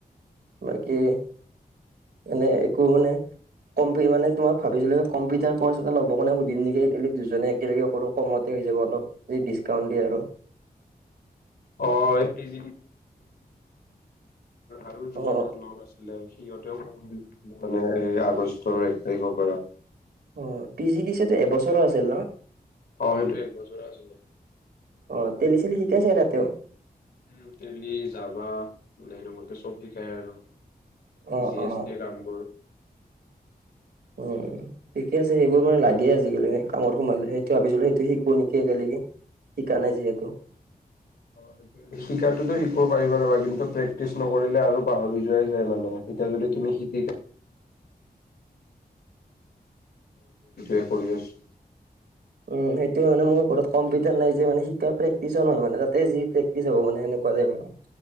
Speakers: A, on the right; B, on the left.
A: বাকী এনে একো মানে‌ কম্পি মানে তোমাক ভাবিছিলোঁ যে কম্পিউটাৰ ক'ৰ্ছ এটা ল'ব কাৰণে সুধিম নেকি <unintelligible> দুজনে একেলগে কৰো কমতে হৈ যাব অলপ, যদি ডিছকাউণ্ট দিয়ে আৰু।
B: অ', <unintelligible> আৰু দুজনৰ
A: অ
B: লগ আছ মানে সিহতেওঁ <unintelligible> মানে এই আগষ্টৰ এক তাৰিখৰ পৰা।
A: অ', P G D C A টো এবছৰৰ আছিল ন?
B: অ', সেইটো এক বছৰে আছিলে।
A: অ', তেলী চিলি শিকাইছে তাতেউ?
B: উম, তেলী, যাভা, মানে <unintelligible> চব শিকাই আৰু।
A: অ
B: জি
A: অ
B: সেই কাম বোৰ।
A: উম, ঠিকে আছে সেইবোৰ মানে লাগে আজিকালি কামত সোমালে সেইটো ভাবিছিলোঁ শিকো নেকি একেলেগে, শিকা নাই যিহেতু?
B: অ', সেইটোৱে। শিকাতোতো শিকিব পাৰিবা ৰ'বা কিন্তু প্ৰেক্টিচ নকৰিলে আৰু পাহৰি যোৱাই যায় মানে এতিয়া যদি তুমি শিকা <inaudible> কৰি আছোঁ।
A: উম, সেইটোৱেই মানে মোৰ ঘৰত কম্পিউটাৰ নাই যে মানে শিকা প্ৰেক্টিচ নহয় মানে তাতে যি প্ৰেক্টিচ হ'ব মানে সেনেকোৱা টাইপ আৰু।